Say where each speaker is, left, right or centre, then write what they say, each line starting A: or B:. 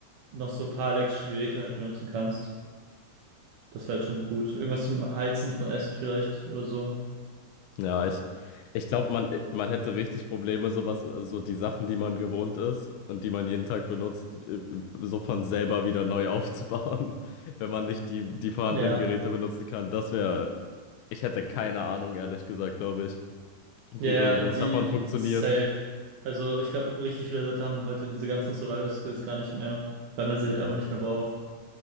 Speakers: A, on the right; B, on the left.
A: noch so ein paar elektrische Geräte halt benutzen kannst. Das wäre halt schon gut. Irgendwas zum Heizen von Essen vielleicht oder so.
B: Ja, ich, ich glaube, man, man hätte richtig Probleme, sowas, äh, so die Sachen, die man gewohnt ist und die man jeden Tag benutzt, äh, so von selber wieder neu aufzubauen, <laughs> wenn man nicht die, die vorhandenen
A: Ja,
B: Geräte benutzen kann. Das wäre, ich hätte keine Ahnung, ehrlich gesagt, glaube ich, wie
A: ja,
B: irgendwo
A: ja, die
B: es davon funktioniert.
A: safe. Also ich glaube, richtig viele Leute haben heute diese ganzen Survival Skills gar nicht mehr, weil man sie
B: Nee.
A: halt einfach nicht mehr braucht.